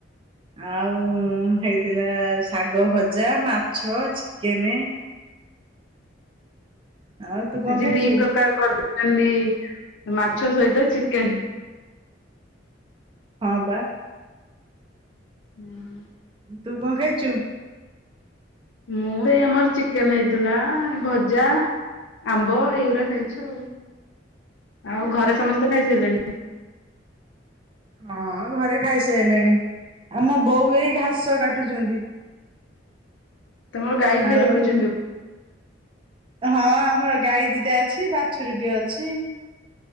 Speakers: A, on the right; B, on the left.
A: ଆଉ ହେଇଥିଲା ଶାଗ ଭଜା ମାଛ ଚିକେନ। ଆଉ ତୁ କଣ
B: ଆଜି
A: ଖାଇଛୁ?
B: ଦି ପ୍ରକାର କରି ଖାଲି ମାଛ ସହିତ ଚିକେନ।
A: ହଁ ବା।
B: ହୁଁ ହୁଁ
A: ତୁ କଣ ଖାଇଛୁ?
B: ମୁଁ ଏଇ ଆମର ଚିକେନ ହେଇଥିଲା ଏ ଭଜା। ଆମ୍ବ ଏଇଗୁଡା ଖାଇଛୁ ଆଉ। ଆଉ ଘରେ ସମସ୍ତେ ଖାଇ ସାରିଲେଣି?
A: ହଁ ଘରେ ଖାଇସାରିଲେଣି।
B: ତମର ଗାଈ ଭାଇ
A: ଆଉ
B: ରଖିଛନ୍ତି?
A: ହଁ ଆମର ଗାଈ ଦିଟା ଅଛି ବାଛୁରୀଟେ ଅଛି।